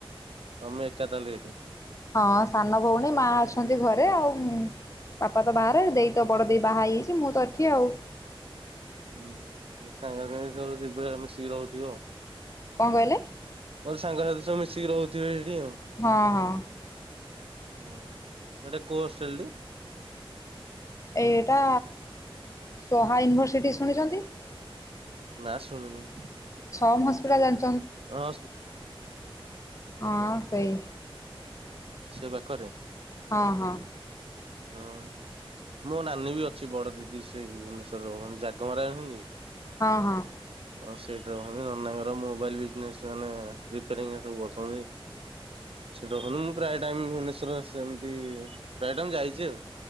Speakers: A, on the right; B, on the left.
A: ତମେ ଏକା ଥାହେଲେ ଏଇଠି।
B: ହଁ ସାନ ଭଉଣୀ ମା ଅଛନ୍ତି ଘରେ ଆଉ। ବାପା ତ ବାହାରେ ଦେଇ ତ ବଡ଼ ଦେଇ ବାହା ହେଇଯାଇଛି ମୁଁ ତ ଏଠି ଆଉ।
A: ହୁଁ ସାଙ୍ଗ ମାନେ ସବୁ ମିଶିକି ରହୁଥିବ।
B: କଣ କହିଲେ?
A: ସାଙ୍ଗସାଥି ସବୁ ମିଶିକି ରହୁଥିବେ? ଆଉ
B: ହଁ ହଁ।
A: ହୁଁ ସେଟା କଉଁ ହଷ୍ଟେଲ ଟି?
B: ଏଇଟା ସୋହା ୟୁନିଭର୍ସିଟି ଶୁଣିଛନ୍ତି?
A: ନା ଶୁଣିନି।
B: ସମ୍ ହସ୍ପିଟାଲା ଜା
A: ହଁ।
B: ହଁ ସେଇ।
A: ସେ ପାଖରେ।
B: ହଁ ହଁ।
A: ଉଁ। ମୋ ନାନୀ ବି ଅଛି। ବଡ ଦିଦି ସେ ଭୁବନେଶ୍ଵର ରେ ରହୁନ୍ତି। ଜାଗମରା ଜାଣନ୍ତି।
B: ହଁ ହଁ।
A: ହଁ ସେଇଠି ରହନ୍ତି ନନାଙ୍କର ମୋବାଇଲ ବିଜନେସ ମାନେ ରିପେୟାର କରୁଛନ୍ତି। ସେ ଦେଖନୁ ମୁଁ ପ୍ରାୟ ଟାଇମ୍ ଭୁବନେଶ୍ଵର ସେମିତି ପ୍ରାୟ ଟାଇମ ଯାଇଛି ଆଉ।